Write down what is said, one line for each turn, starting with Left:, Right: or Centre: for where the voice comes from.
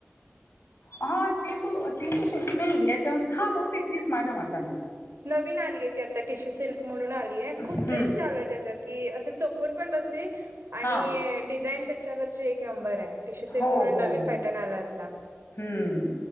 Left: हा टीसू टीसू शिल्क नाहीय, याच्यामध्ये हा बहुतेक तीच माझ्या मताने
Right: नवीन आलीय ती आता टिशू सिल्क म्हणून आलीय, खूप
Left: हम्म
Right: ट्रेंड चालूय त्याच की असं चोपून पण बसती आणि
Left: हा
Right: डिझाईन त्याच्यावरची एक नंबरय टिश्यू सिल्क
Left: हो
Right: म्हणून
Left: हो
Right: नवीन
Left: हो
Right: पॅटर्न आलाय् आत्ता
Left: हम्म,